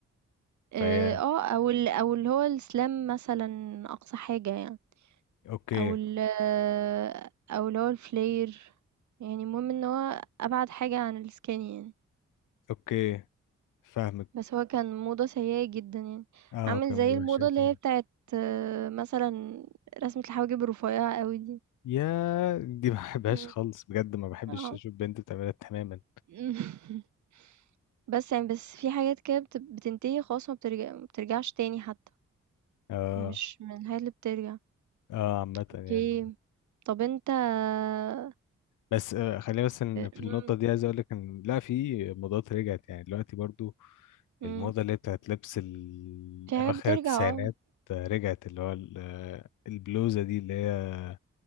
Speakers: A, on the right (about 65°); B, on the left (about 75°).
A: آآ
B: فهي
A: آه، أو ال أو اللي هو الslam مثلًا أقصى حاجة يعني،
B: اوكي
A: أو ال آه، أو اللي هو الflare يعني المهم إن هو أبعد حاجة عن الskinny يعني.
B: اوكي فاهمك
A: بس هو كان موضة سيئة جدًا يعني،
B: اه
A: عامل
B: كان
A: زي
B: موضوع
A: الموضة
B: وحش أوي
A: اللي
B: فعلا
A: هي بتاعة مثلًا رسمة الحواجب الرفيّعة أوي دي.
B: يا دي ما بحبهاش
A: إمم،
B: خالص بجد ما بحبش
A: آه.
B: اشوف بنت بتعملها تماما
A: إمم. <laughs> بس يعني بس في حاجات كده بت بتنتهي خلاص ما بترج ما بترجعش تاني حتى،
B: اه
A: مش من الحاجات اللي بترجع.
B: اه عامة
A: أوكي،
B: يعني
A: طب أنت آآ
B: بس آه خلينا بس إن في
A: إمم،
B: النقطة دي عايز اقول لك ان لا في موضات رجعت يعني دلوقتي برضو
A: إمم،
B: الموضة اللي هي بتاعت لبس ال-
A: في حاجات
B: اواخر
A: بترجع
B: التسعينات
A: آه،
B: آه، رجعت اللي هو ال- آه، البلوزة دي اللي هي